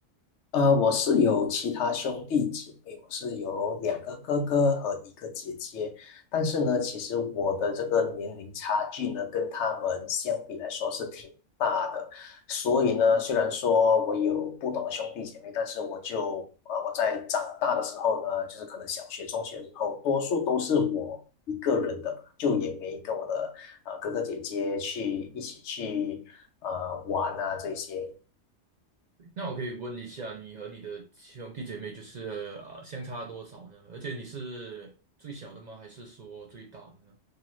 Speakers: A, on the left; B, on the right.
A: 呃，我是有其他兄弟姐妹，我是有两个哥哥和一个姐姐，但是呢，其实我的这个年龄差距呢，跟他们相比来说是挺大的，所以呢，虽然说我有不同的兄弟姐妹，但是我就呃，我在长大的时候呢，就是可能小学、中学的时候，多数都是我一个人的嘛，就也没跟我的呃哥哥姐姐去一起去呃玩啊这些。
B: 那我可以问一下，你和你的兄弟姐妹就是呃相差多少呢？而且你是最小的吗？还是说最大的呢？